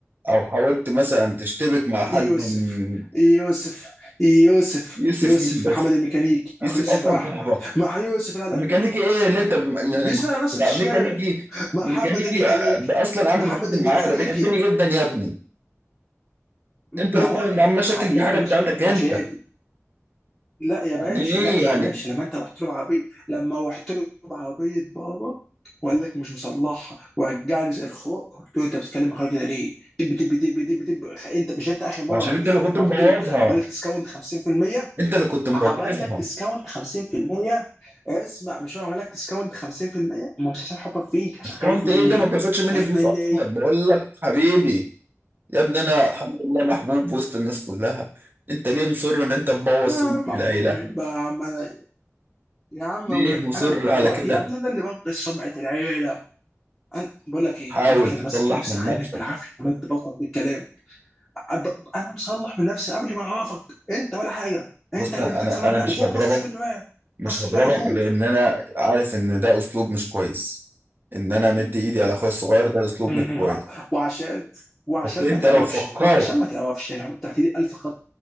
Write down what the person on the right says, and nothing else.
او حاولت مثلا تشتبك مع حد
من
يوسف
مين بس
يوسف
اصلا
صاحبك
ميكانيكي ايه اللي انت م-
يا نهار
أبيض. ميكانيكي
ميكانيكي
ده اصلا عامل
مشاكل
معايا ده بيحبني جدا يا ابني انت
رحت
تعمل
معاه مشاكل
دي حاجه بتاعتك
انت
يعني ايه
يعني
عشان
انت اللي كنت
مبوظها
انت اللي كنت مبوظها
اكونت
ايه ده ما بياخدش مني
فلوس
اصلا بقول لك حبيبي يا ابني انا الحمد لله محبوب وسط الناس كلها انت ليه مصر ان انت تبوظ
سمعه
العيله
ليه مصر
على
كده
حاول
تطلع
من
نفسك
بص
انا
انا
مش
هضربك
مش
هضربك
لان انا عارف ان ده اسلوب مش كويس ان انا مدي ايدي على اخويا الصغير ده اسلوب
مش
كويس
بس انت
لو فكرت